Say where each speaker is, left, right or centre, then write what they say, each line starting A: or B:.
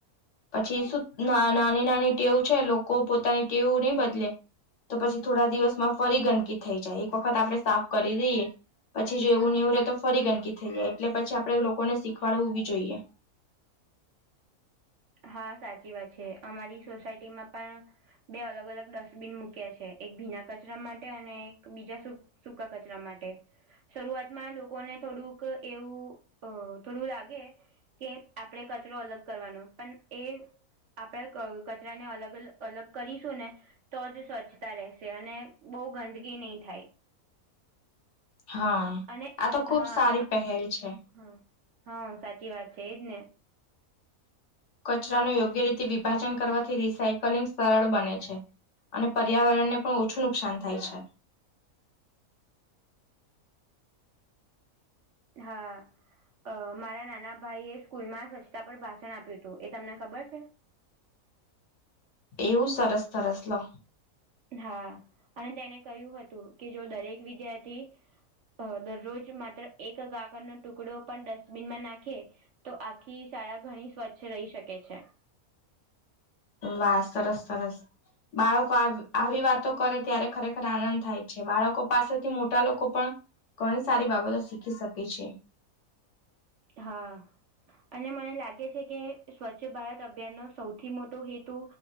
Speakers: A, on the left (about 60°); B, on the right (about 60°).
A: પછી શું નાની નાની ટેવ છે લોકો પોતાની ટેવું નહી બદલે તો પછી થોડા દિવસમાં ફરી ગંદકી થઈ જાય એક વખત આપણે સાફ કરી દઈએ પછી જો એવું ને એવું રે તો ફરી ગંદકી થઈ જાય એટલે પછી આપડે લોકોને શીખવાડવું બી જોઈએ
B: હા સાચી વાત છે અમારી સોસાયટીમાં પણ બે અલગ અલગ ડસ્ટબીન મૂક્યા છે એક ભીના કચરા માટે અને એક બીજા સૂકા કચરા માટે શરૂઆતમાં લોકોને થોડુંક એવું અ થોડું લાગે કે આપણેે કચરો અલગ કરવાનો પણ એ આપણે ક કચરાને અલગ લગ અલગ કરીશું ને તો જ સ્વચ્છતા રહેશે અને બહુ ગંદગી નહીં થાય.
A: હા.
B: અને
A: આ તો ખુબ
B: હા
A: સારી પહેલ છે.
B: હા હા. સાચી વાત છે એજ ને.
A: કચરાનું યોગ્ય રીતે વિભાજન કરવાથી રિસાયકલિંગ સરળ બને છે. અને પર્યાવરણને પણ ઓછું નુકસાન થાય છે.
B: હા અ મારા નાના ભાઈએ સ્કૂલમાં સ્વચ્છતા પર ભાષણ આપ્યુંતું. એ તમને ખબર છે?
A: એવું સરસ સરસ લો.
B: હા અને તેને કહ્યું હતું કે જો દરેક વિદ્યાર્થી દરરોજ માત્ર એક કાકરનો ટુકડો પણ ડસ્ટબિનમાં નાખે તો આખ્ખી શાળા ઘણી સ્વચ્છ રહી શકે છે.
A: વાહ! સરસ સરસ! બાળકો આવ આવી વાતો કરે ત્યારે ખરેખર આનંદ થાય છે. બાળકો પાસેથી મોટા લોકો પણ ઘણી સારી બાબતો શીખી શકે છે.
B: હા અને મને લાગે છે કે સ્વચ્છ ભારત અભિયાનનો સૌથી મોટો હેતુ